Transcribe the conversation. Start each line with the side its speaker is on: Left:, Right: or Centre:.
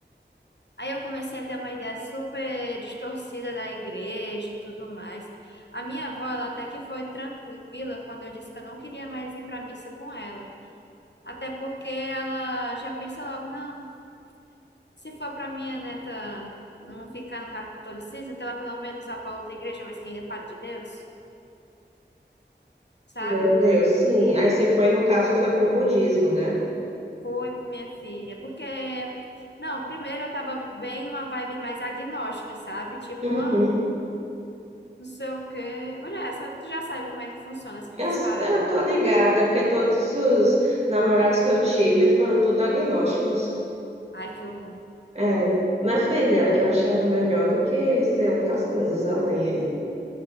Left: Aí eu comecei a ter uma ideia super distorcida da igreja e tudo mais. A minha avó, ela até que foi tranquila quando eu disse que eu não queria mais ir pra missa com ela. Até porque ela já pensa logo, não. Se for para minha neta não ficar no catolicismo, que ela pelo menos vá para outra igreja, mas que ainda fale de Deus, sabe?
Right: Meu Deus, sim. Aí você foi, no caso, foi pro budismo, né?
Left: Foi, minha filha. Porque, não, primeiro eu tava bem numa vibe mais agnóstica, sabe? Tipo,
Right: Uhum.
Left: ah, não sei o quê. Mulher, essa, tu já sabe como é que funciona essas
Right: Eu,
Left: paradas,
Right: eu
Left: né?
Right: tô ligada, porque todos os namorados que eu tive foram tudo agnósticos.
Left: Ai, que horror.
Right: É, minha filha, eu achava melhor do que ser outras coisas além aí.